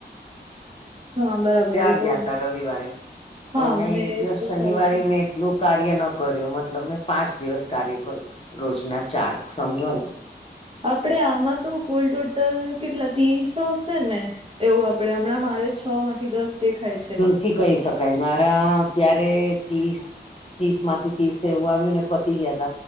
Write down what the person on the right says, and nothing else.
હા બરાબર
એ
તો
હા
મને
એ તો
ખ્યાલ છે.
આપડે આમાં તો કુલ ટોટલ કેટલા તીસ સો સો ને એવું આપડે હમણાં મારે છ માંથી દસ દેખાય છે.